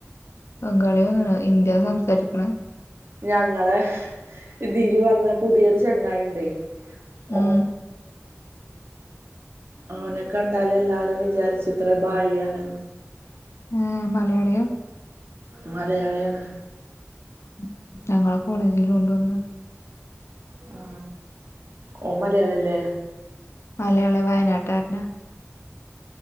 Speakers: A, on the left; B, on the right.
A: ബംഗാളിയാന്ന് ന്ന് ഹിന്ദിയ സംസാരിക്കണ
B: ഞങ്ങളെ ഇതില് വന്ന പുതിയൊരു ചങ്ങായി ഉണ്ടെ
A: ഉം
B: ഓൻ ഓനെ കണ്ടാല് എല്ലാരും വിചാരിച്ച ഇത്ര ഭായിയാണ്
A: ഉം മലയാളിയ
B: മലയാളിയാണ്
A: ഉം ഞങ്ങളെ കോളേജില് ഉണ്ടൊന്ന്
B: ആ ഓൻ മലയാളില്ലേ
A: മലയാളി വയനാട്ടാരന